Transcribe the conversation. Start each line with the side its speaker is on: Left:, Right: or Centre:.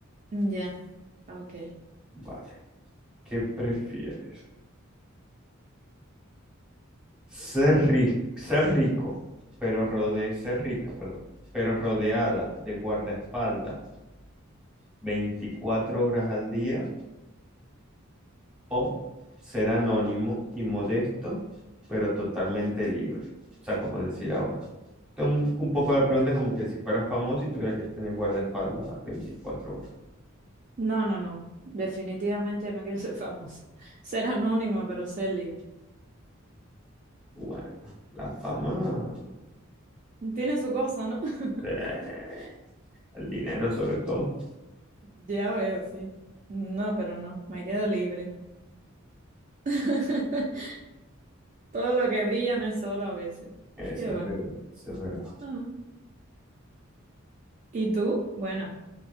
Right: Ya, ok.
Centre: Vale. ¿Qué prefieres? Ser ri- ser rico, pero rode- ser rica, perdón, pero rodeada de guardaespaldas 24 horas al día o ser anónimo y modesto, pero totalmente libre. O sea, como decir ahora. Esto es Un, un poco la pregunta como que si fueras famoso y tuvieras que tener guardaespaldas 24 horas.
Right: No, no, no. Definitivamente no quiero ser famosa. Ser anónima, pero ser libre.
Centre: Bueno, la fama,
Right: Tiene su cosa, ¿no?
Centre: eh,
Right: <laughs>
Centre: el dinero sobre todo.
Right: Ya veo, sí. No, pero no, me quedo libre. <laughs> Todo lo que brilla no es oro a veces.
Centre: Eso
Right: ¿Qué
Centre: es
Right: va?
Centre: verdad, eso es verdad.
Right: Ah. ¿Y tú? Bueno,